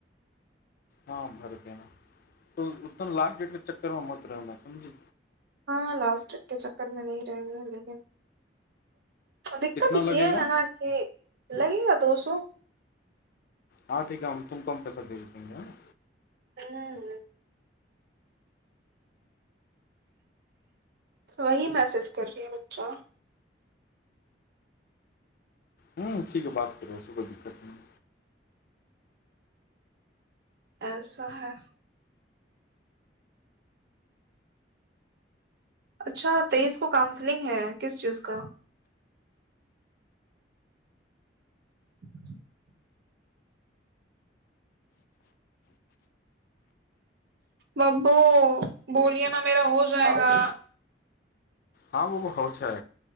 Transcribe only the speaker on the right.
हँ लास्ट के चक्कर में न रह है लेकिन दिक्कत
य है न कि लगेगा दो सो
हम्म वही मैसेज कर रहीै बच्चा
ऐसा है अच्छा तेइस को काउंसिलिंग है किस चीज का <inaudible> ब्बू बोलिया न मेरा हो जाएगा